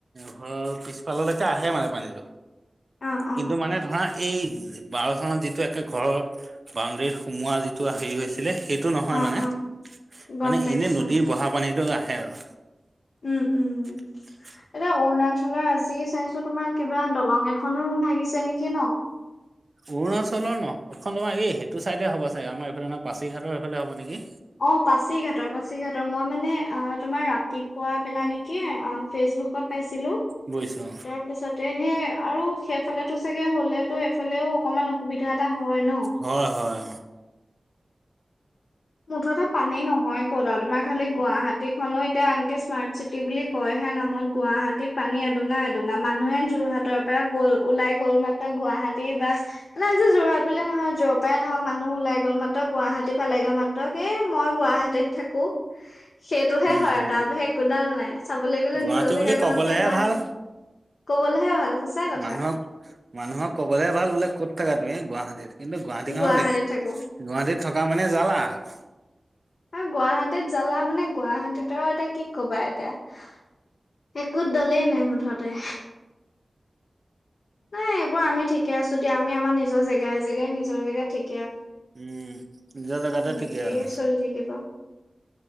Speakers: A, on the right (about 50°); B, on the left (about 80°).
A: ঘৰৰ পিছফাললৈকে আহে মানে পানীতটো
B: অ অ
A: কিন্তু মানে ধৰা এই বাৰ চানত যিটো একে ঘৰৰ বাউণ্ডৰীত সোমোৱা যিটো হেৰি হৈছে ছিলে সেইটো নহয়
B: অ
A: মানে,
B: অ গম
A: মানে
B: পাইছো
A: এনে নদীৰ বহা পানীতো আহে আৰু
B: উম, উম।
A: <inaudible>
B: এতিয়া অৰুণাচলৰ আজি চাইছো তোমাৰ কিবা দলং এখনো ভাগিছে নেকি ন
A: অৰুণাচলৰ ন এখন তোমাৰ এই সেইটো চাইডে হ'ব চাগ আমাৰ এইফালে নহয় পাছিঘাটৰ এইফালে হ'ব নেকি
B: অ', পাছিঘাটৰ পাছিঘাটৰ মই মানে অ', তোমাৰ ৰাতিপুৱা বেলা নেকি ফেচবুকত পাইছিলো
A: বুজিছো অ
B: তাৰ পিছত তেহে আৰু সেইফালেতো চাগে হ'লেতো এফালেও অকমান অসুবিধা এটা হয় ন?
A: হয়, হয়
B: মুঠতে পানী নহয় ক'ত তোমাৰ খালি গুৱাহাটী খো এতিয়া আনকে স্মাৰ্ট চিটি বুলি কয়হে নামত গুৱাহাটীত পানী এডুঙা এদুঙা মানুহে যোৰহাটৰ পৰা গ'ল ওলাই গ'ল মাত্ৰ গুৱাহাটী বা মানে আজি যোৰহাট বুলিয়ে নহয় যৰ পাই নহওক মানুহ ওলাই গ'ল মাত্ৰ গুৱাহাটী পালেগে মাত তকে মই গুৱাহাটীত থাকো সেইটোহে
A: উম
B: হয়
A: হম
B: আৰু তাৰ বাহে একোডাল নাই। চাবলৈ গ'লে
A: গুৱাহাটী
B: নিজৰ জেগাখননতকে
A: বুলি কবলেহে
B: গুৱাহাটী
A: ভাল
B: কবলৈহে ভাল সঁচা কথা
A: মানুহক মানুহক কবলে ভাল বোলে কত থাকা তুমি গুৱাহাটী কিন্তু গুৱাহাটীখনত
B: গুৱাহাটীত
A: দে
B: থাকো
A: গুৱাহাটীত থকা মানে জালা আৰু
B: হ গুৱাহাটীত জালা মানে গুৱাহাটীত আৰু এতিয়া কি কবা এতিয়া একোত দলেই নাই মুঠতে নাই এইবোৰ আমিঠিকে আছো দিয়া আমি আমাৰ নিজৰ জেগাই জেগাই নিজৰ জেগাত ঠিক
A: উম, নিজ কতে
B: এনেকেই
A: ঠিকেই
B: চলি থাকিব উম